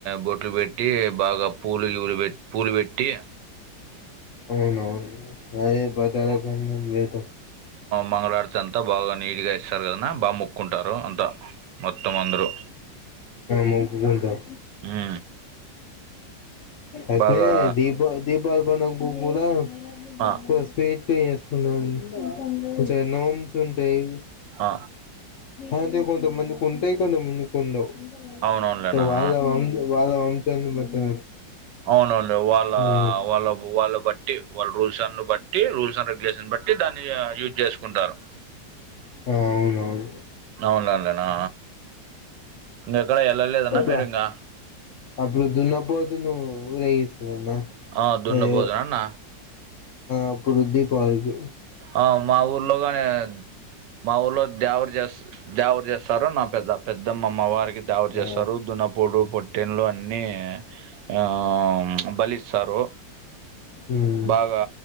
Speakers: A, on the right; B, on the left.
A: బొట్లు పెట్టి బాగా పూలు గిలు పెట్టి పూలు పెట్టి
B: అవునవును అదే బట్టాల కొంచం మిద
A: మంగళ ఆరతి అంతా బాగా నీట్గా ఇస్తారు కదన్న బాగా మొక్కుంటారు. అంత మొత్తం అందరూ
B: మొక్కుకుంటాం
A: ఉమ్
B: అయితే
A: బాగా
B: దీప దీపావలి పండగబబు గూడా
A: ఆ
B: వ స్వీట్ వేసుకున్నాను కొంచం నోమ్స్ ఉంటాయి
A: ఆ
B: అది కొంత మంది కుంటాయి కొంతా కొంత మంది కుండవు
A: అవునవునులేనా
B: వాళ్ళ వంశాన్ని బట్టి
A: అవునండి వాళ్ళ
B: మ్
A: వాళ్ళ వాళ్ళ బట్టి వాళ్ళ రూల్సన్న బట్ట్ టి రూల్స్ అండ్ రెగ్యులేషన్ బట్టి దాన్ని యూజ్ చేసుకుంటారు
B: అవునువును
A: అవునులేండన్నా ఇంకెక్కడ ఎళ్ళలేదన్నా మీరింగా?
B: ఆ అబుడు దున్నబ్బోదు నువ్వు ఊరేగిస్తరన్న
A: ఆ దున్నపోతునన్నా
B: అదే ఆప్పుడు దీపావలికి
A: ఆ మా ఊర్లో కానే మా ఊర్ళ దేవరి జేస్త్ దేవరు జేస్తారు నా పెద్ద పెద్దమ్మమ్మ వారికి దేవడు జేస్తారు
B: ఆ
A: దున్నప్ పొడు పొట్టెన్లు అన్ని ఆ బలిస్తారు
B: మ్మ్
A: బాగా